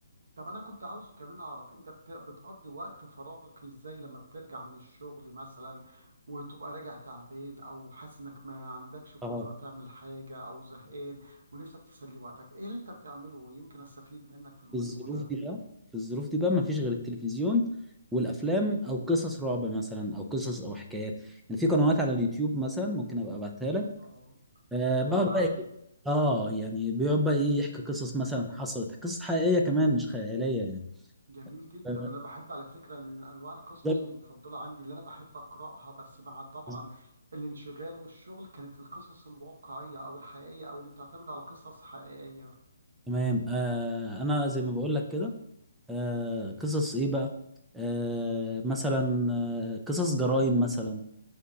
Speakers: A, on the right (about 65°); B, in the centre.
A: طب انا كنت عاوز كمان اعرف انت بت- بتقضي وقت فراغك ازاي لما بترجع من الشغل مثلا وتبقى راجع تعبان او حاسس انك ما عندكش قدرة
B: اه
A: تعمل حاجة او زهقان ونفسك تسلي وقتك ايه اللي انت بتعمله يمكن استفيد منك في الموضوع
B: في الظروف
A: ده
B: دي بقى في الظروف دي بقى ما فيش غير التلفزيون والافلام او قصص رعب مثلا او قصص او حكايات يعني في قنوات على اليوتيوب مثلا ممكن ابقى ابعتها لك
A: اه
B: آه
A: حلو
B: بقعد
A: قوي
B: بقى إيه- اه يعني بيقعد بقى ايه يحكي قصص مثلا حصلت قصص حقيقيه كمان مش خياليه يعني
A: جميل جدا
B: آه،
A: انا بحب على فكرة من انواع القصص
B: ده
A: المفضلة عندي اللي انا بحب اقراها بس مع طبعا
B: بالنسبة لي
A: الانشغال والشغل كانت القصص الواقعية او الحقيقية او اللي بتعتمد على قصص حقيقية
B: تمام آه انا زي ما بقول لك كده آه قصص ايه بقى آه مثلا آه قصص جرائم مثلا